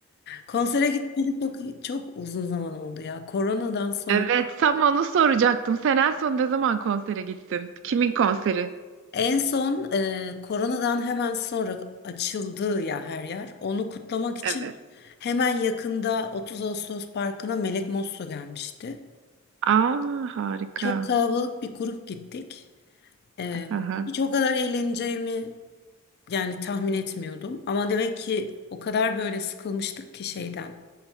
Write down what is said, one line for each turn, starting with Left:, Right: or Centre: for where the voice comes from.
Left: Konsere gitmeli çok çok uzun zaman oldu ya. Koronadan sonra
Right: Evet, tam onu soracaktım. Sen en son ne zaman konsere gittin? Kimin konseri?
Left: en son e, koronadan hemen sonra açıldı ya her yer. Onu kutlamak için
Right: Evet.
Left: hemen yakında 30 Ağustos Parkı'na Melek Mosso gelmişti.
Right: Aa, harika.
Left: Çok kalabalık bir grup gittik. E,
Right: Aha.
Left: hiç o kadar eğleneceğimi Yani tahmin etmiyordum. Ama demek ki o kadar böyle sıkılmıştık ki şeyden.